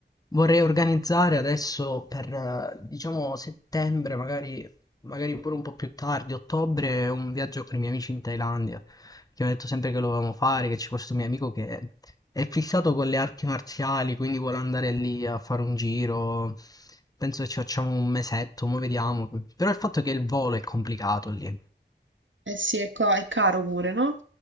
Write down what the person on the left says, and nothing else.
Vorrei organizzare adesso per, eh, diciamo, settembre, magari, magari pure un po' più tardi, ottobre, un viaggio con i miei amici in Thailandia, che mi ha detto sempre che lo volevamo fare, che c'è questo mio amico che è fissato con le arti marziali, quindi vuole andare lì a fare un giro. Penso che ci facciamo un mesetto, mo vediamo. Però il fatto è che il volo è complicato lì.